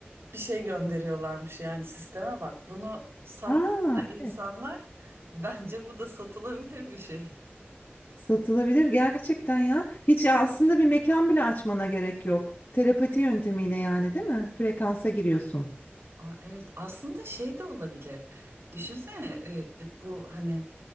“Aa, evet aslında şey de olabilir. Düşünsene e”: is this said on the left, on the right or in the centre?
Right